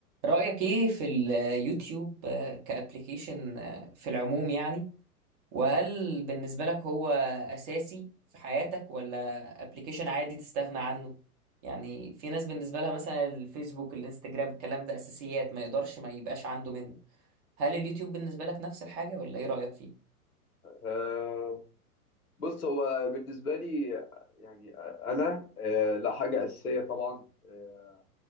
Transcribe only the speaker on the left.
آه، بص هو بالنسبة لي آه، يعني آه، أنا آه، لا حاجة أساسية طبعا آه،